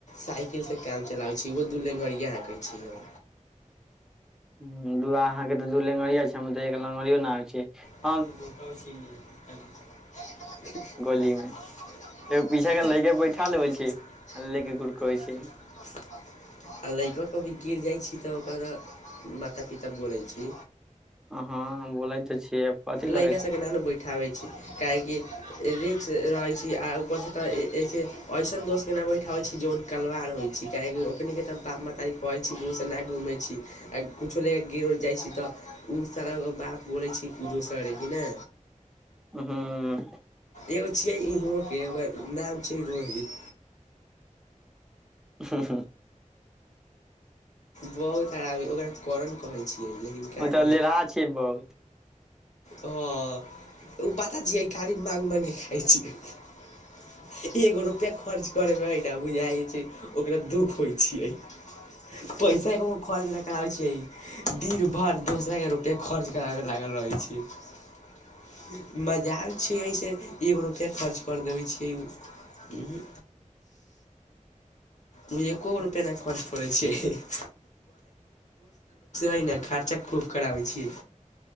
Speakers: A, on the left; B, in the centre.
A: साइकिलसँ काम चलाबै छियै ओहो दू लंघरिया हांकै छियै
B: हां अहांके त दू लेंगरिया छै हमर त एक लगरिओ नहि
A: <unintelligible> आ
B: आबइ गोली मे एगो पीछा के लैके बैठा लेबे छी आ लेके गुड़कबै छी
A: लैका सब भी गिर जाइ छी तऽ ओकर मात पिता बोलै छी
B: अं-ह-हम बोलै तऽ छियै कथी
A: लड़िका
B: करै छी
A: सबके ना ने बैठाबै छी काहेकि रिक्स रहै छै आ उपरसँ तऽ ए-ऐसे ऐसन दोस्तके ना बैठाबै छी जोन कलवार होइ छी काहेकि ओखनीके तऽ बाप महतारी कहै छी बूस ना घूमै छी आ कुछो ले कऽ गिर उर जाइ छी तऽ ओ सारा बात बोलै छी दोस करै की ने
B: हाँ
A: एगो छियै इमरोके <unintelligible> छी रोहित
B: हाँ -ह
A: बहुत शरबी ओकर कारण लेकिन क्या
B: ओ तऽ
A: करु
B: लेरहा छै बहुत
A: हाँ ओ पता छियै खाली मांग मांग के खाइ छी एगो रुपया खर्च कर बैय तऽ बुझाइ छै ओकरा दुःख होइ छियै पैसा को खर्च कराबै छियै दिन भरि दोसराके रुपआ खर्च कराबै लागल रहै छियै मजाल छियै से एगो रुपआ खर्च कर देबै छी की उँ हूँ उ एको रुपैया न खर्च करै छियै-हह हइ ने खर्चा खूब कराबै छियै